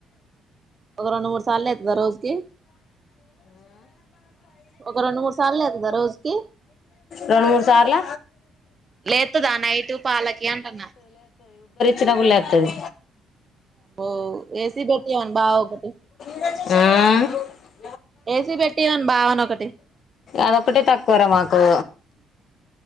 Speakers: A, on the right; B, on the left.
A: ఒక రెండు మూడు సార్లు లెత్తదా రోజుకి ఒక రెండు మూడు సార్లు లెత్తదా రోజుకి
B: రెండు మూడు సార్ల
A: లెత్తదా నైటు పాలకి అంటన్నా
B: నప్పుడు లెత్తది
A: అబ్బో ఏసి బెట్టియ్యమను బావ ఒకటి
B: మ్
A: ఏసి పెట్టిమను బావని ఒకటి
B: అదొక్కటే తక్కువరా మాకు